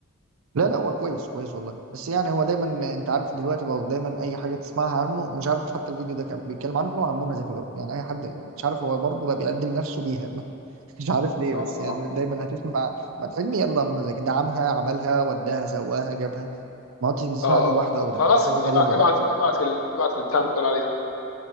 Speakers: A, on the right; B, on the left.
A: لا لا هو كويس كويس والله بس يعني هو دايما انت عارف دلوقتي بقى دايما اي حاجه تسمعها عنه مش عارف حتى الفيديو ده كان بيتكلم عنه عن منى زكي بقى يعني اي حد مش عارف هو برضه بقى بيقدم نفسه بيها <laughs> مش عارف ليه
B: اه
A: بس يعني
B: اه
A: دايما هتسمع ما حلمي يلا منى زكي دعمها عملها وداها سواها جابها ما كنتش بتسمع
B: اه
A: عنه لوحده
B: اه
A: ابدا
B: خلاص
A: دي حاجه
B: ابعت
A: غريبه
B: ابعت
A: برضه
B: ابعت ال... ابعت البتاع اللي بتقول عليه ده